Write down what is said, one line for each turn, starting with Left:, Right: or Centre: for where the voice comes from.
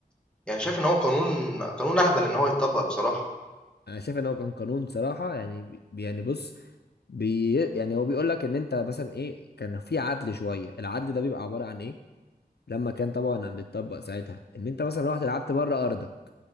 Centre: يعني شايف إن هو قانون قانون أهبل إن هو يتطبّق بصراحة.
Left: انا شايف ان هو كان قانون صراحة يعني بي يعني بص بي يعني هو بيقول لك ان انت مثلا ايه كان في عدل شوية العدل ده بيبقى عبارة عن ايه لما كان طبعا بيتطبق ساعتها ان انت مثلا رحت لعبت بره ارضك